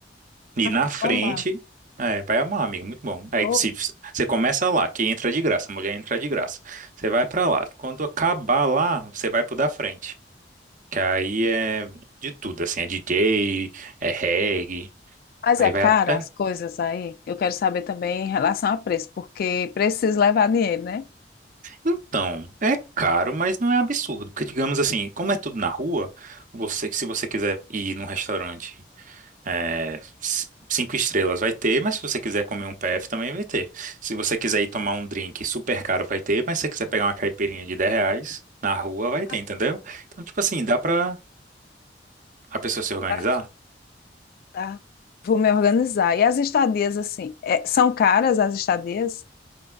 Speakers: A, on the right; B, on the left.
A: E
B: Ai,
A: na
B: eu
A: frente,
B: vou amar.
A: é, vai amar, amigo, muito bom. Aí
B: Vou.
A: se, você começa lá, que entra de graça, a mulher entra de graça. Você vai pra lá. Quando acabar lá, você vai pro da frente. Que aí é de tudo, assim, é DJ, é reggae.
B: Mas
A: Aí
B: é
A: vai
B: cara
A: até.
B: as coisas aí. Eu quero saber também em relação a preço, porque preciso levar dinheiro, né?
A: Então, é caro, mas não é absurdo. Porque, digamos assim, como é tudo na rua, você, se você quiser ir num restaurante é, c- cinco estrelas, vai ter, mas se você quiser comer um PF, também vai ter. Se você quiser ir tomar um drink super caro, vai ter, mas se você quiser pegar uma caipirinha de 10 reais na rua, vai ter,
B: Ah,
A: entendeu? Então, tipo assim, dá pra a pessoa se organizar.
B: tá. Tá. Vou me organizar. E as estadias, assim, é- são caras as estadias?